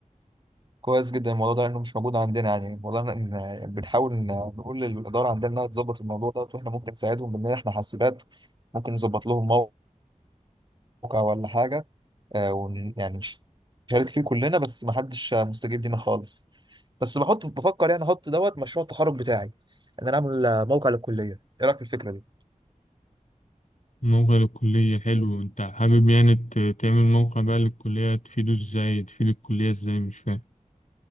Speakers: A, on the right; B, on the left.
A: كويس جدا الموضوع ده لانه مش موجود عندنا يعني الموضوع ده ان بنحاول إن نقول للاداره عندنا انها تظبط الموضوع ده واحنا ممكن نساعدهم بان احنا حاسبات ممكن نظبط لهم موقع ولا حاجه آه، ون يعني نش- نشارك فيه كلنا بس ما حدش آه، مستجيب لينا خالص بس بحط بفكر يعني احط دوت مشروع التخرج بتاعي ان انا اعمل آه، موقع للكليه ايه رايك في الفكره دي؟
B: موقع للكلية حلو أنت حابب يعني ت- تعمل موقع بقى للكلية تفيده إزاي تفيد الكلية إزاي مش فاهم